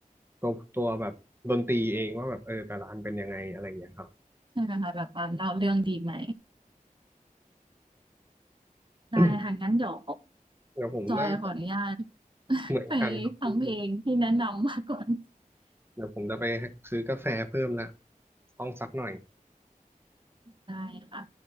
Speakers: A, on the right (about 15°); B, on the right (about 35°).
A: ตัวตัวแบบดนตรีเองว่าแบบเออแต่ละอันเป็นยังไงอะไรอย่างเงี้ยครับ
B: <laughs> ใช่ค่ะแบบตาาเล่าเรื่องดีไหมได้ค่ะงั้นเดี๋ยว
A: <coughs> เดี๋ยวผมน่าจะ
B: จอยขออนุญาต <laughs>
A: เหมือนกันครับพี่
B: ไปฟังเพลงที่แนะนำมาก่อน
A: เดี๋ยวผมจะไปซื้อกาแฟเพิ่มละต้องสักหน่อย
B: ได้ค่ะ